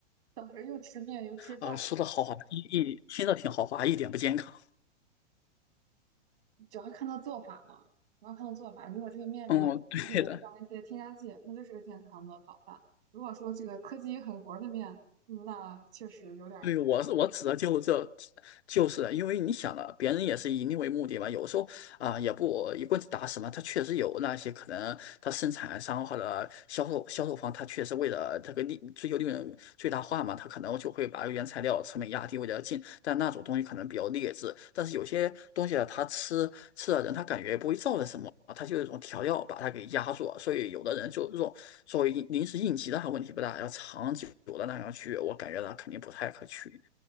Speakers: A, on the right; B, on the left.
A: 当时又吃面又吃蛋，
B: 啊、说的豪华，一一听着挺豪华，一点不健康。
A: 主要看到做法嘛，主要看到做法。如果这个面里还给加一些添加剂，
B: 嗯，对的。
A: 那就是个健康的早饭。如果说这个科技与狠活儿的面，嗯那确实有点儿
B: 对，我是我指的就这，就是的因为你想了，别人也是以你为目的嘛。有时候啊、也不一棍子打死嘛。他确实有那些可能，他生产商或者销售销售方，他确实为了这个利追求利润最大化嘛，他可能就会把原材料成本压低，为了进。但那种东西可能比较劣质，但是有些东西啊，他吃吃的人，他感觉不会造成什么。它就是一种调料把它给压住了所以有的人就这种作为应临时应急的话问题不大，要长久的那样去，我感觉它肯定不太可取，